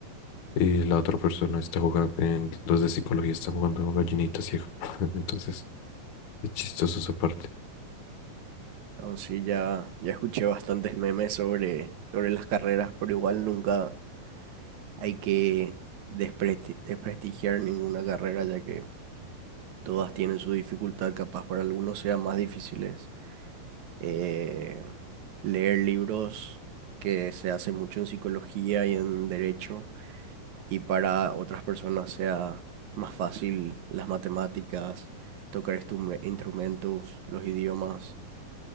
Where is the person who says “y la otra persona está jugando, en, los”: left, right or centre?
Left